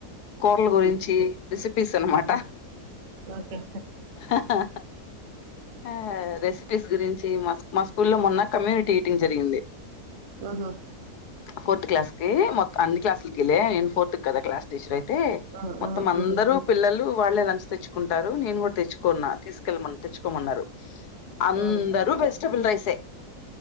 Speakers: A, on the left (about 80°); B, on the right (about 50°).
A: కుర్ల గురించి
B: ఉమ్
A: రెసిపీస్ అనమాట.
B: ఉమ్ ఓకే
A: అహహా ఆ రెసిపీస్ గురించి, మస్ మా స్కూలో మొన్న కమ్యూనిటీ ఈటింగ్ జరిగింది.
B: ఉహు ఉ
A: ఫోర్త్ క్లాస్కి మొత్ అన్ని క్లాస్కి లే నేను ఫోర్త్ కదా. క్లాస్ టీచర్ అయి తే
B: ఉ
A: మొత్తం. అందరు
B: ఉ ఉ
A: పిల్లలు వాళ్ళే లంచ్ తెచ్చుకుంటారు. నేను కూడా తెచ్చుకోన్నా, తీసుకెళ్ళమన్, తెచ్చుకోమన్నారు. అందరూ
B: ఉ
A: వెజ్టేబుల్ రైస్ యే